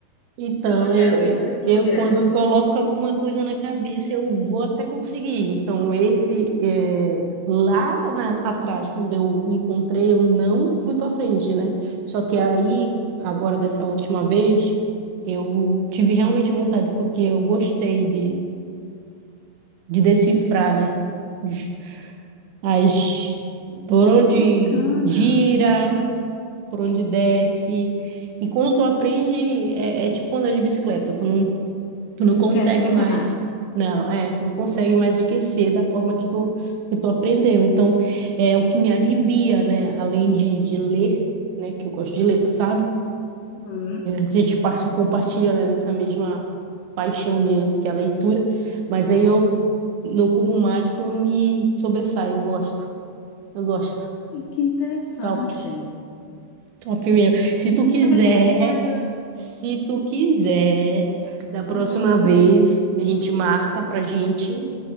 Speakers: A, on the right; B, on the left.
A: Então,
B: colocar
A: eu,
B: as
A: eu,
B: cores no
A: eu
B: lugar.
A: quando coloco alguma coisa na cabeça, eu vou até conseguir. Então, esse é, lá na- atrás, quando eu o encontrei, eu não fui para frente, né? Só que aí, agora dessa última vez, eu tive realmente vontade, porque eu gostei de, de decifrar, né? Os- As, por onde
B: Que Bacana.
A: gira, por onde desce. E quando tu aprende, é, é tipo andar de bicicleta. Tu não
B: Não esquece
A: consegue
B: nunca
A: mais.
B: mais.
A: Não, é, tu não consegue mais esquecer da forma que tu, que tu aprendeu. Então, é o que me alivia, né? Além de, de ler, né? Que eu gosto de ler, tu sabe?
B: Uhum.
A: A gente parte- compartilha, né, dessa mesma paixão de, que é a leitura. Mas aí eu, no Cubo Mágico, eu me sobressaio, eu gosto. Eu gosto.
B: Olha, Que interessante.
A: Top, top mesmo. Se tu quiser,
B: Você vê como as coisas.
A: se tu quiser, da próxima
B: Hum,
A: vez a gente marca pra gente